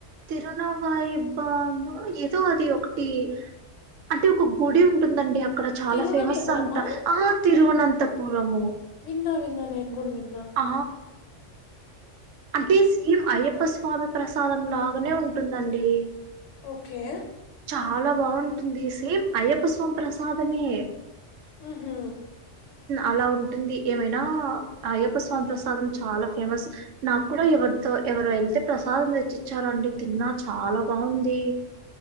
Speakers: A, on the right (about 85°); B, on the left (about 70°).
A: తిరు నవ ఇబ్బ ఏదో అది ఒకటి అంటే ఒక గుడి ఉంటుందండి అక్కడ చాలా
B: తిరువనంతపురమా
A: ఫేమస్ అంట ఆ తిరువునంత్ తపురము
B: విన్నా విన్నా నేన్ గుడు విన్
A: ఆ అంటే సేమ్ అయ్యప్ప స్వామి ప్రసాదం లాగానే ఉంటుందండి
B: ఓకే
A: చాలా బాగుంటుంది సేమ్ అయ్యప్ప స్వామిపసాదమే
B: హుహు
A: అలా ఉంటుంది ఏమైనా అయ్యప్ప స్వామి ప్రసాదం చాలా ఫేమస్ నాకు కూడా ఎవరితో ఎవరో వెళ్తే ప్రసాదం తెచ్చిచ్చారండి తిన్నా చాలా బాగుంది